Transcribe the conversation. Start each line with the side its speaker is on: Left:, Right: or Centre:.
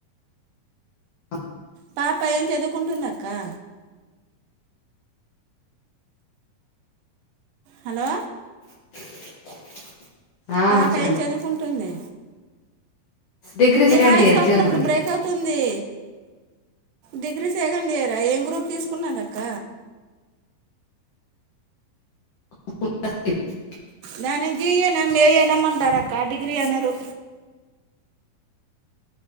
Left: అఓ
Right: పాప ఏం చదువుకుంటుందక్కా హలో
Left: <inaudible>
Right: పాప
Left: చెప్పండి
Right: ఏం చదువుకుంటుంది
Left: డిగ్రీ
Right: మీ
Left: సెకండ్
Right: వాయిసు
Left: ఇయర్
Right: అప్పుడప్పుడు
Left: చదువుతుంది
Right: బ్రేక్ అవుతుంది డిగ్రీ సెకండ్ ఇయరా ఏం గ్రూప్ తీసుకున్నదక్క
Left: డిగ్రీ <unintelligible>
Right: దాని ఏ జియనాం ఏ అయినాం అంటారు అక్క డిగ్రీ అనరు